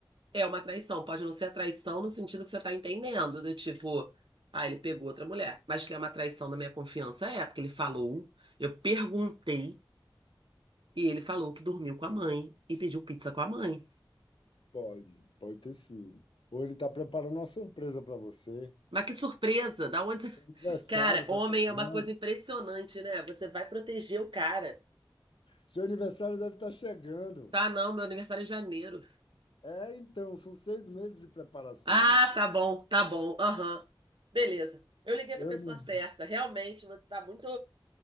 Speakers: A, on the right; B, on the left.
A: É uma traição, pode não ser a traição no sentido que você tá entendendo, do tipo, ah, ele pegou outra mulher, mas que é uma traição da minha confiança, é, porque ele falou, eu perguntei, e ele falou que dormiu com a mãe e pediu pizza com a mãe.
B: Pode, pode ter sido. Ou ele está preparando uma surpresa para você.
A: Mas que surpresa, da onde. <laughs>
B: Aniversário
A: Cara,
B: está
A: homem
B: chegando.
A: é uma coisa impressionante, né? Você vai proteger o cara.
B: Seu aniversário deve estar chegando.
A: Tá, não, meu aniversário é em janeiro.
B: É, então, são seis meses de preparação.
A: Ah, tá bom, tá bom, aham. Beleza. Eu liguei
B: Eu
A: pra pessoa
B: não,
A: certa. Realmente, você tá muito